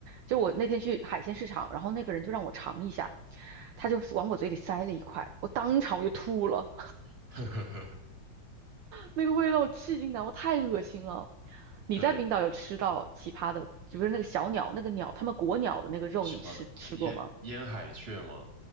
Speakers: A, on the right; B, on the right.
A: 就我那天去海鲜市场，然后那个人就让我尝一下，他就往我嘴里塞了一块，我当场我就吐了。
B: <laughs> 呵呵呵，
A: 那个味道我至今难，我太恶心了。你在冰岛有吃到奇葩的，
B: 对，
A: 就是那个小鸟，那个鸟，他们国鸟的那个肉，
B: 什么烟烟海雀吗？
A: 你吃吃过吗？